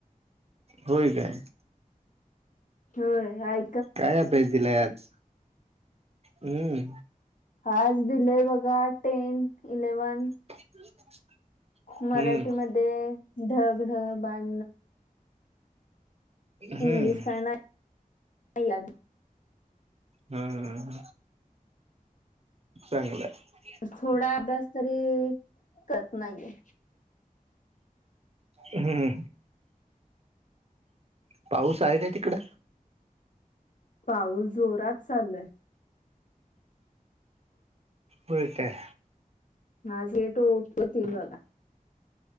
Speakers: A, on the right; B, on the left.
A: होय काय
B: होय हाय
A: काय अभ्यास दिलाय आज हम्
B: आज दिलेय बघा टेन इलेव्हन
A: <inaudible>
B: मराठीमध्ये
A: हम्म
B: ढग ढग बाण
A: हम्म
B: इंग्लिश काय नाही या
A: हम्म चांगलंये
B: थोडा अभ्यास तरी करत नाहीे ये
A: हम्म पाऊस आहे काय तिकड
B: पाऊस जोरात चालुये
A: होय काय
B: आज ओपन केली बघा